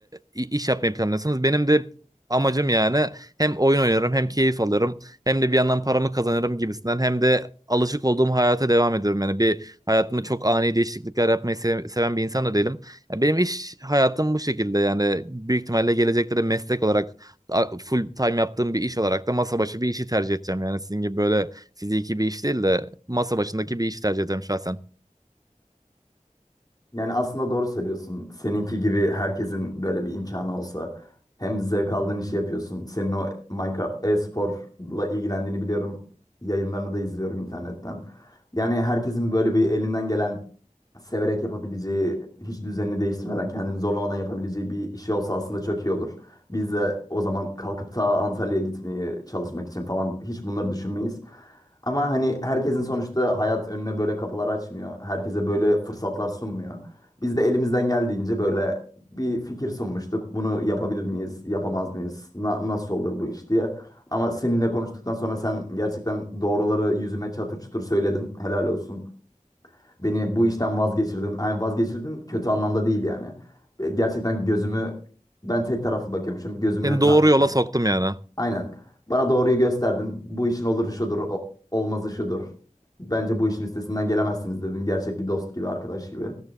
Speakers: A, on the right; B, on the left.
A: e, i- iş yapmayı planlıyorsunuz. Benim de amacım yani hem oyun oynarım hem keyif alırım hem de bir yandan paramı kazanırım gibisinden hem de alışık olduğum hayata devam ediyorum. Yani bir hayatımı çok ani değişiklikler yapmayı se- seven bir insan da değilim. Ya benim iş hayatım bu şekilde yani büyük ihtimalle gelecekte de meslek olarak a- full time yaptığım bir iş olarak da masa başı bir işi tercih edeceğim. Yani sizin gibi böyle fiziki bir iş değil de masa başındaki bir işi tercih edeceğim şahsen.
B: Yani aslında doğru söylüyorsun. Seninki gibi herkesin böyle bir imkanı olsa hem zevk aldığın işi yapıyorsun. Senin o Minecraft e-sporla ilgilendiğini biliyorum. Yayınlarını da izliyorum internetten. Yani herkesin böyle bir elinden gelen severek yapabileceği, hiç düzenini değiştirmeden, kendini zorlamadan yapabileceği bir işi olsa aslında çok iyi olur. Biz de o zaman kalkıp ta Antalya'ya gitmeyi çalışmak için falan hiç bunları düşünmeyiz. Ama hani herkesin sonuçta hayat önüne böyle kapılar açmıyor. Herkese böyle fırsatlar sunmuyor. Biz de elimizden geldiğince böyle bir fikir sunmuştuk. Bunu yapabilir miyiz, yapamaz mıyız, na- nasıl olur bu iş diye. Ama seninle konuştuktan sonra sen gerçekten doğruları yüzüme çatır çutur söyledin. Helal olsun. Beni bu işten vazgeçirdin. Yani vazgeçirdin kötü anlamda değil yani. Gerçekten gözümü ben tek taraflı bakıyormuşum. Gözümün
A: Seni
B: önünü
A: doğru
B: açtın.
A: yola soktum yani.
B: Aynen. Bana doğruyu gösterdin. Bu işin oluru şudur, o- olmazı şudur. Bence bu işin üstesinden gelemezsiniz dedin. Gerçek bir dost gibi, arkadaş gibi.